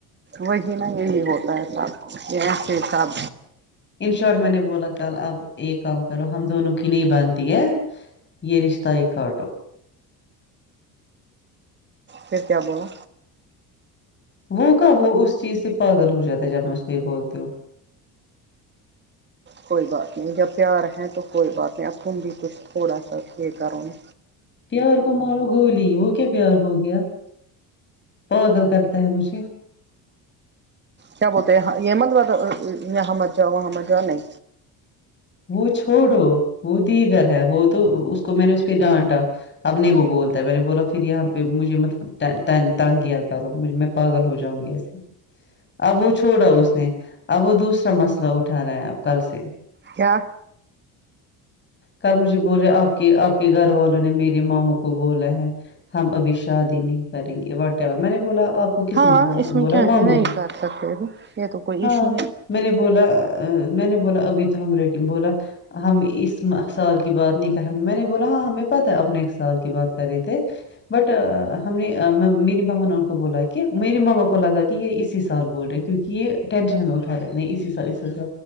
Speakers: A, on the right; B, on the left.
A: وہی نا یہی ہوتا ہے سب یہ ایسے ہی سب
B: انشور میں نے بولا کل آپ ایک کام کرو ہم دونوں کی نہیں بانتی ہے یہ رشتہ ہی کاٹو
A: پھر کیا بولا
B: وہ کا وہ اس چیز سے پاگل ہو جاتا ہے جب میں اس کو یہ بولتی ہوں
A: کوئی بات نہیں جب پیار ہیں تو کوئی بات نہیں اب تم بھی کچھ تھوڑا سا یہ کرو میں
B: پیار کو مارو گولی وہ کیا پیار ہو گیا پاگل کرتا ہے مجھے
A: کیا بولتے ہاں یہ مت یہاں مت جاؤ وہاں مت جاؤ نہیں
B: وہ چھوڑو وہ دیگر ہے وہ تو اس کو میں نے اس پہ ڈانٹا اب نہیں وہ بولتا ہے میں نے بولا پھر یہاں پہ مجھے مت تنگ تنگ کیا کرو مجھے میں پاگل ہو جاؤں گی ایسے اب وہ چھوڑا اس نے اب وہ دوسرا مسئلہ اٹھا رہا ہے اب کل سے
A: کیا
B: کل مجھے بولے آپ کے آپ کے گھر والوں نے میرے مامو کو بولا ہے ہم ابھی شادی نہیں کریں گے واٹ ایور میں نے بولا آپ کو کس
A: ہاں
B: نے بولا
A: اس میں
B: بولا
A: کیا
B: ماموں
A: ہے نہیں
B: نے
A: کر سکتے بھی یہ تو کوئی
B: ہاں
A: ایشو نہیں
B: میں نے بولا میں نے بولا ابھی تو ہم ریڈی بولا ہم اس سال کی بات نہیں کر میں نے بولا ہاں ہمیں پتا ہے آپ نیکسٹ سال کی بات کر رہے تھے بٹ ہم نے میری مما نے ان کو بولا کہ میری مما کو لگا کہ یہ اسی سال بول رہے کیونکہ یہ ٹینشن ہمیں اٹھا دیتے نہیں اسی سال اس س سال